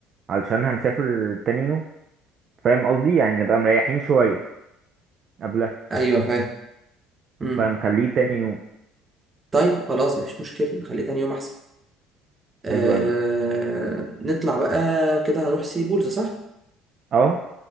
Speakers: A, on the right; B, on the right.
A: علشان هنسافر تاني يوم فاهم قصدي يعني نبقى مريحين شوية قبل
B: ايوه فاهم امم
A: فنخليه تاني يوم
B: طيب خلاص مفيش مشكله نخليه تاني يوم احسن آه
A: حلو قوي
B: نطلع بقى كده هنروح ثري بولز صح؟
A: اه